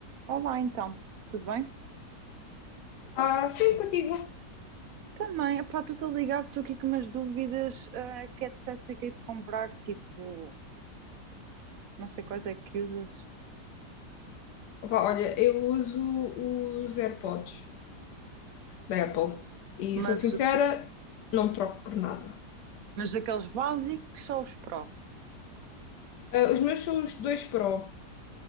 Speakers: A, on the right; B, on the left.
A: Olá, então, tudo bem?
B: Ah, sim, contigo.
A: Também, epá, estou-te a ligar, estou aqui com umas dúvidas, ah, que headsets é que hei de comprar, tipo, não sei quais é que usas,
B: Opa, olha, eu uso os AirPods da Apple e
A: mas,
B: sou sincera,
A: o-
B: não troco por nada.
A: mas aqueles básicos só os Pro.
B: Ah, os meus são os dois Pro.